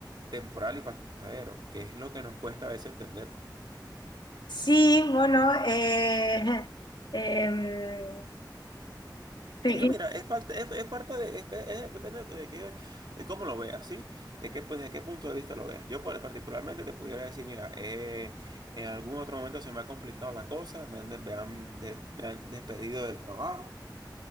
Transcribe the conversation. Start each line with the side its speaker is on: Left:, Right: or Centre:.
Right: temporal y pasajero, que es lo que nos cuesta a veces entender.
Left: Sí, bueno, eh, <laughs> em, pequeño,
Right: Sí, mira, es parte, es, es parte de, es- es- depende de, qué- de cómo lo veas, ¿sí? De qué, pues, de qué punto de vista lo veas. Yo por- particularmente te pudiera decir, mira, eh, en algún otro momento se me ha complicado la cosa, me han, de- me han de- me han despedido del trabajo.